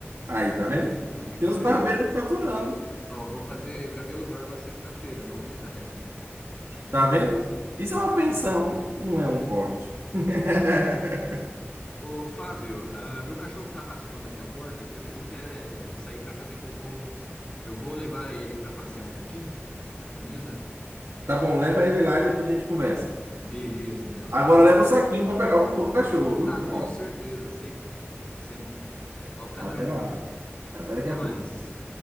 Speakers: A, on the right (about 70°); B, on the left (about 25°).
A: Aí, tá vendo?
B: É, cabelo.
A: Tem os barbeiros faturando,
B: Ó, vou fazer cabelo e barba sexta-feira, 90 reais.
A: tá vendo? Isso é uma pensão, não é
B: Uhum.
A: um corte. <laughs>
B: É, é. Ô, Fábio, ah, meu cachorro tá raspando aqui a porta. Eu creio que ele quer sair pra fazer cocô. Eu vou levar ele pra passear um pouquinho. Firmeza?
A: Tá bom, leva ele lá e depois a gente conversa.
B: Beleza, então.
A: Agora
B: Até já.
A: leva o saquinho para pegar o cocô do cachorro, viu?
B: Ah, com
A: Ó,
B: certeza, sempre. Sempre. Pode ficar
A: até
B: tranquilo.
A: lá. Até daqui
B: Até
A: a
B: mais.
A: pouco.